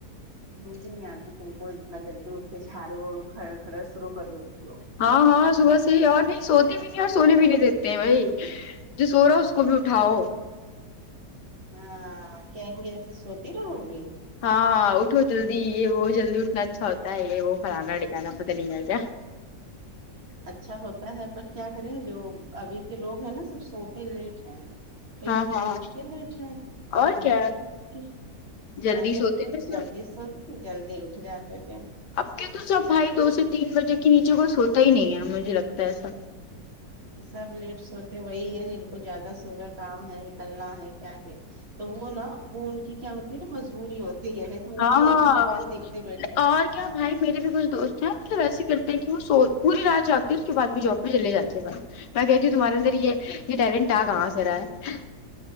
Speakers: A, on the right (about 40°); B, on the left (about 75°).
A: نیند نہیں آتی تم کو اتنا جلدی اٹھ کے جھاڑو اوھڑ کھڑا شرو کر دیتی ہو
B: ہاں ہاں صبح سے ہی اور نہیں سوتے بھی نہیں اور سونے بھی نہیں دیتے ہیں بھائی جو سو رہا ہو اس کو بھی اٹھاؤ
A: ہاں کہیں گے ایسے سوتی رہو گی
B: ہاں اٹھو جلدی یہ وہ جلدی اٹھنا اچھا ہوتا ہے یہ وہ فلانا ٹکانا پتا نہیں ہے کیا
A: اچھا ہوتا ہے جب بٹ کیا کریں جو ابھی کے لوگ ہیں نا سب سوتے لیٹ ہیں تو
B: ہاں
A: اس کے
B: ہاں
A: لیے اٹھتے لر جائ اپ
B: اور
A: پہلے
B: کیا
A: بھی
B: جلدی
A: پہلے
B: سوتے
A: کے لوگ
B: تھے سب
A: جلدی سوتے تھے جلدی اٹھ جاتے تھے
B: اب کے تو سب بھائی دو سے تین بجے کے نیچے کوئی سوتا ہی نہیں ہے مجھے لگتا ہے ایسا
A: سب لیٹ سوتے وہی ہے جن کو زیادہ صبح کام ہے نکلنا ہے کیا ہے تو وہ نا وہ ان کی کیا ہوتی ہے نا مجبوری ہوتی ہے تو وہ
B: ہاں
A: بھی ایسے
B: ہاں
A: موبائل دیکھتے بیٹھے ہیں
B: اور کیا بھائی میرے بھی کچھ دوست ہیں مطلب ایسے کرتے ہیں کہ وہ سو پوری رات جاگتے اس کے بعد بھی جاب پہ چلے جاتے ہیں بھائی میں کہتی تمہارے اندر یہ ٹیلنٹ آ کہاں سے رہا ہے